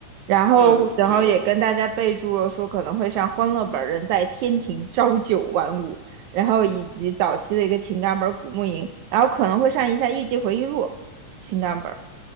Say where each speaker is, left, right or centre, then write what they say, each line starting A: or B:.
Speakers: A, on the right (about 80°); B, on the right (about 15°).
A: 然后，
B: 对的，
A: 然后也跟大家备注了说可能会上《欢乐本》人在天庭朝九晚五，
B: 对的，
A: 然后以及早期的一个情感本《古墓吟》，然后可能会上一下《艺伎回忆录》情感本。